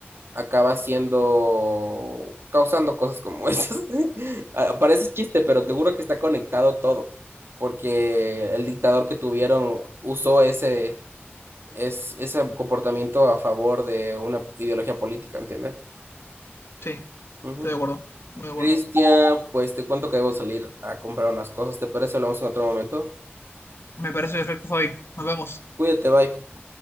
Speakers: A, on the right; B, on the left.
A: acaba siendo, causando cosas como <laughs> esas. Ah, Parece chiste, pero te juro que está conectado todo, porque el dictador que tuvieron usó ese, es, ese comportamiento a favor de una ideología política, ¿entiendes?
B: Sí, estoy
A: Ujú.
B: de acuerdo, muy de acuerdo.
A: Cristian, pues te cuento que debo salir a comprar unas cosas, ¿te parece? Hablamos en otro momento.
B: Me parece perfecto, Fabi. Nos vemos.
A: Cuídate, bye.